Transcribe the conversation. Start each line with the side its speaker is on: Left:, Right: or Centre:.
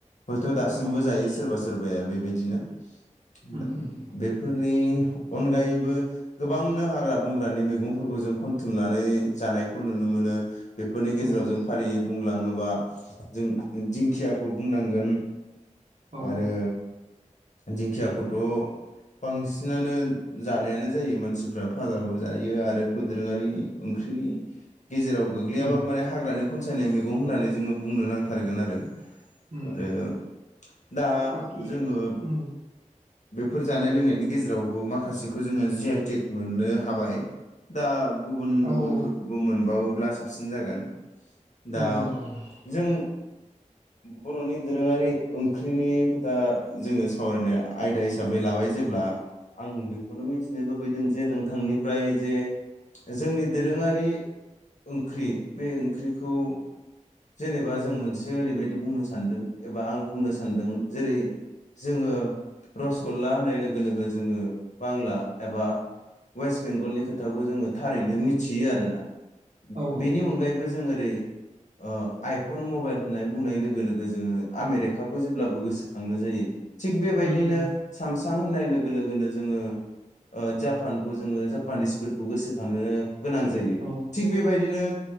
Left: हयथ' दासिमबो
Right: नंगौ नंगौ
Left: जायो सोरबा सोरबाया बेबायदिनो <inaudible>
Right: उम
Left: दा
Right: उम
Left: बेफोर नि अनगायैबो गोबांनो हाग्रा बंग्रानि मैगंफोरखौ जों खनथुमनानै जानायखौ नुनो मोनो बेफोरनि गेजेराव
Right: नंगौ
Left: जों फारियै बुंलाङो बा जों दिंखियाखौ बुंनांगोन
Right: औ
Left: आरो
Right: औ
Left: दिंखियाखौ थ' बांसिनानो जानायानो जायो मानसिफ्रा फाजाबो जायो आरो बेखौ दोरोङारि ओंख्रिनि गेजेराव गोग्लैयाबाबो
Right: उम
Left: माने हाग्रानि खनसायनाय मै गं होननानै जोङो बुंनो नां थारगोन आरो आरो
Right: उम उम
Left: दा
Right: बाखि
Left: जोङो
Right: उम
Left: बेफोर जानाय लोंनायनि गेजेरावबो माखासेखौ जोङो जि आइ टेक मोननो हाबाय दा गुबुन
Right: औ
Left: गुबुनफोरखौबो
Right: औ
Left: मोनबाव ब्ला साबसिन जागोन दा
Right: नंगौ नंगौ नंगौ
Left: जों बर'नि दोरोङारि ओंख्रिनि खोथा जोङो सावरायनो आयदा हिसाबै लाबाय जेब्ला आं बेखौनो मिथिनो लुबैदों जे नोंथांनिफ्राय जे जोंनि दोरोङारि ओंख्रि बे ओंख्रिखौ जेनेबा जों मोनसे ओरैबायदि बुंनो सानदों एबा आं बुंनो सानदों जेरै जोङो रसगल्ला होननाय लोगो लोगो जोङो बांला एबा वेस्ट बेंगलनि खोथाखौ जोङो थारैनो मिथियो आरोना
Right: औ
Left: बेनि अनगायैबो जों ओरै ओ आइफन मबाइल होननाय बुंनाय लोगो लोगो जोङो आमेरिकाखौ जेब्लाबो गोसोखांनो जायो थिग बे दिनो
Right: उम उम
Left: सामसां होननाय लो गो लोगोनो जोङो ओ जापानखौ जोङो जापानिसफोरखौ गोसोखाङो गोनां जायो
Right: औ
Left: थिग बेबायदिनो